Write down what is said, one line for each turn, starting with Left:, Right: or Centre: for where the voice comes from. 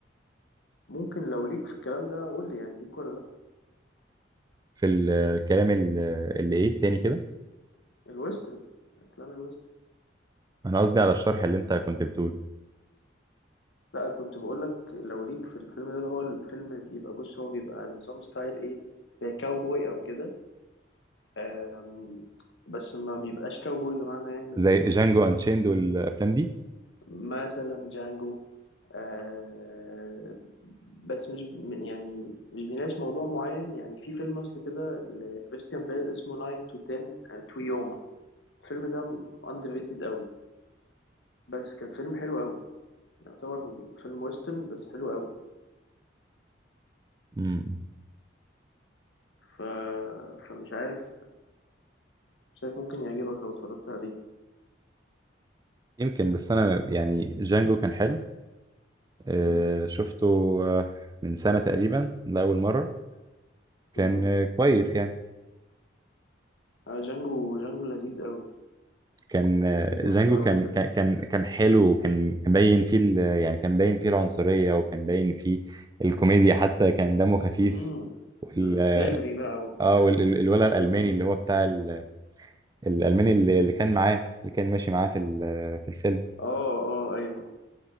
Left: ممكن لو ليك في الكلام ده قول لي يعني ليك ولا لا
Right: في ال- الكلام ال- اللي ايه تاني كده
Left: الويسترن افلام الويسترن
Right: انا قصدي على الشرح اللي انت كنت بتقوله
Left: لا كنت بقولك لو ليك في الفيلم ده اللي هو الفيلم بيبقى بص هو بيبقى نظام ستايل ايه زي كاوبوي او كده أم، بس ما بيبقاش كاوبوي بمعنى يعني
Right: زي
Left: كده
Right: جانجو
Left: ال-
Right: انشيند
Left: ال-
Right: والافلام دي
Left: مثلا جانجو أه، بس مش ب- يعني مش بيناقش موضوع معين يعني في فيلم اصل كده لكريستيان بيل اسمه 9 to 10 تو يوما الفيلم ده underrated قوي بس كان فيلم حلو قوي يعتبر فيلم ويسترن بس حلو قوي
Right: مم.
Left: ف... فمش عارف مش عارف ممكن يعجبك لو اتفرجت عليه
Right: يمكن بس انا يعني جانجو كان حلو آه،
Left: مم.
Right: شفته آه، من سنة تقريبا لأول مرة كان
Left: مم.
Right: آه، كويس يعني
Left: آه جانجو جانجو لذيذ قوي
Right: كان آه،
Left: لذيذ وحلو
Right: جانجو
Left: قوي
Right: كان
Left: بجد
Right: كان كان كان حلو وكان كان باين فيه ال- يعني كان باين فيه العنصرية وكان باين فيه الكوميديا حتى كان دمه خفيف
Left: مم.
Right: وال
Left: سليفري بقى وبتاع
Right: اه والولد الألماني
Left: مم.
Right: اللي هو بتاع ال- الألماني اللي اللي كان معاه اللي كان ماشي معاه في ال- في الفيلم
Left: اه اه ايوه